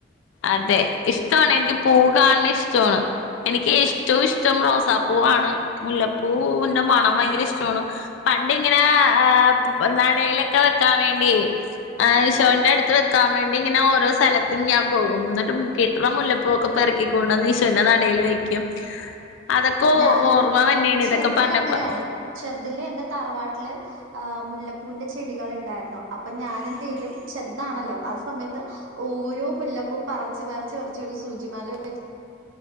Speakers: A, on the left; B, on the right.
A: അതെ ഇഷ്ടമാണ്, എനിക്ക് പൂ- കാണണ ഇഷ്ടമാണ്. എനിക്ക് ഏറ്റവും ഇഷ്ട- ഇഷ്ടം റോസാപ്പൂവണ്, മുല്ലപ്പൂവിന്റെ മണം ഭയങ്കര ഇഷ്ടമാണ്. പണ്ടിങ്ങനെ ആഹ് നടയിലൊക്കെ വെക്കാൻ വേണ്ടി- ആഹാ ശോന്റെ അടുത്ത് വെക്കാൻ വേണ്ടി ഇങ്ങനെ ഓരോ സ്ഥലത്തും ഞാ- പോകും എന്നിട്ട് കിട്ടണ മുല്ലപ്പു- ഒക്കെ പെറുക്കിക്കൊണ്ടുവന്ന്- ഈശോന്റെ നടയിൽ വെക്കും. അതൊക്കെ
B: ഞാനും
A: ഓർമ്മ തന്നെയാണ്
B: ചെറുതില്
A: ഇതൊക്കെ പറഞ്ഞപ്പോ-
B: അങ്ങനെയാണ്. ചെറുതില് എന്റെ തറവാട്ടില് മുല്ല- പൂവിന്റെ ചെടികൾ ഉണ്ടായിരുന്നു, അപ്പോ ഞാൻ എന്തെലും, ചെറുതാണല്ലോ ആ സമയത്ത്- ഓരോ മുല്ലപ്പും പറച്ച് പറിച്ച് കൊറച്ച് ഒരു ശൂചിമാല വെ-